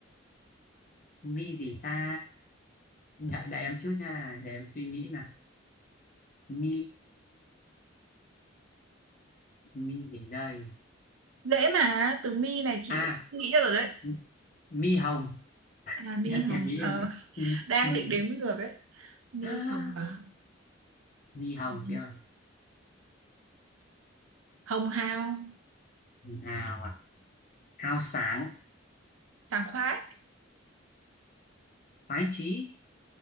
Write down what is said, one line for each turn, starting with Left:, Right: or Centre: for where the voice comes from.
Left: mi gì ta đợi đợi em chút nha để em suy nghĩ nào mi mi gì đây
Right: dễ mà Tường My này chị
Left: à
Right: đã nghĩ ra rồi đấy
Left: m- mi hồng
Right: à
Left: <laughs>
Right: My
Left: em,
Right: Hồng
Left: em nghĩ em
Right: ờ,
Left: mới
Right: <laughs>
Left: mi
Right: đang
Left: mi
Right: định đếm ngược ấy My
Left: à,
Right: Hồng À,
Left: <gasps> mi
Right: Hồng
Left: hồng chị ơi
Right: Hồng Hào
Left: hào à hào sáng
Right: sảng khoái
Left: khoái chí